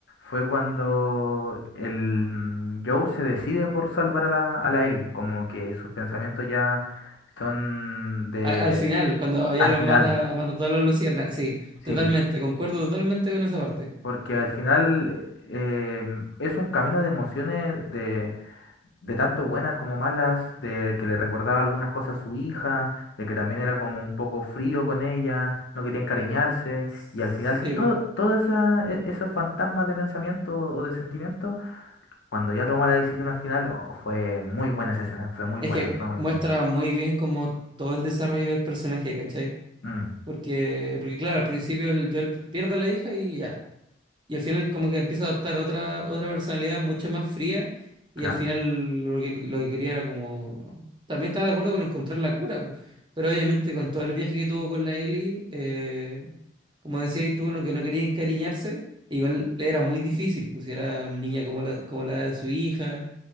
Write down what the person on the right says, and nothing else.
Al, al final, cuando ya
los
mata, mata todas las luciernas. Sí, totalmente,
concuerdo totalmente con esa parte.
Sí,
po.
Es
que
muestra
muy bien como todo el desarrollo del personaje, ¿cachai?
Porque, porque claro, al principio el Joel pierde a la hija y ya. Y al final como que empieza a adoptar otra, otra personalidad mucho más fría
y al final lo que, lo que quería era como... También estaba de acuerdo con encontrar la cura, po, pero obviamente con todo el viaje que tuvo con la Ellie, eh, como decías tú, no, que no quería encariñarse, igual le era muy difícil, pues si era una niña como la, como la de su hija,